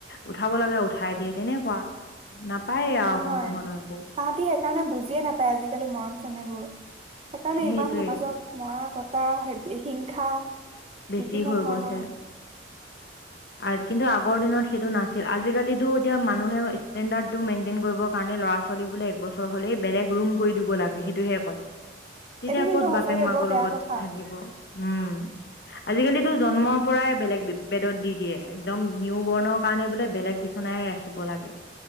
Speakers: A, on the left (about 60°); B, on the right (about 35°).
A: উঠাব লাগে উঠাই দিয়ে, তেনেকুৱা নাপায়েই আৰু
B: উ হয়
A: কোনো ধৰণৰ একো
B: তাহতি সেইকাৰণে বুজিয়ে নাপায় আজিকালি মৰম। তেনেবোৰ। সেইকাৰণে
A: সেইটোৱে
B: ইমান সমাজত মৰা ক্ এটা হ হিংসা।
A: বেছি
B: বিভিন্ন
A: হৈ
B: ধৰণৰ
A: গৈছে আৰু কিন্তু আগ। আগৰ দিনত সেইটো নাছিল। আজিকালিতো এতিয়া মানুহে ষ্টেণ্ডাৰ্টো মেইনটেইন কৰিব কাৰণে ল'ৰা ছালী বোলে। একবছৰ হলেই বেলেগ ৰুম কৰি দিব লাগে সেইটোহে কয়। তেতিয়া
B: এইটো কিন্তু
A: ক'ত
B: সঁচাকে
A: বাপেক মাকৰ
B: বৰ বেয়া
A: লগত
B: কথা
A: থাকিব উম। আজিকালিতো জন্মৰ পৰাই বেলেগ বেদত দি দিয়ে একদম নিউ বৰ্ণ কাৰণে বোলে। বেলেগ বিচনাই ৰাখিব লাগে।